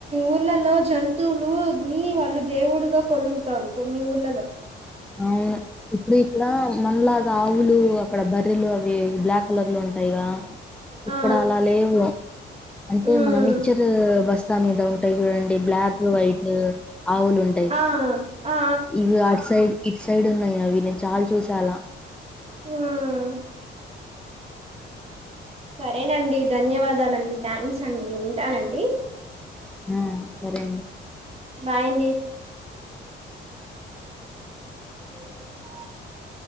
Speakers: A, on the right (about 30°); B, in the centre.
A: ఊళ్లలో జంతువులు ని వాళ్ళు దేవుడుగా కొలుగుతారు కొన్ని ఊళ్లలో
B: అవును ఇప్పుడు ఇక్కడ మన్లగా ఆవులు అక్కడ బర్రెలు అవి బ్లాక్ కలర్లు ఉంటాయిగా ఇక్కడ
A: ఆ
B: అలా లేవు అంటే
A: మ్మ్
B: మన మిక్చర్ బస్తా మీద ఉంటాయి చూడండి బ్లాక్ వైట్ ఆవులు ఉంటాయి
A: ఆ ఆ
B: ఇవి అటు సైడ్ ఇటు సైడ్ ఉన్నాయి అవి నేను చాలా చూసే అలా
A: హ్మ్ సరేనండి ధన్యవాదాలండి థ్యాంక్స్ అండి ఉంటానండి
B: ఆ సరే అండి
A: బాయ్ అండి <unintelligible>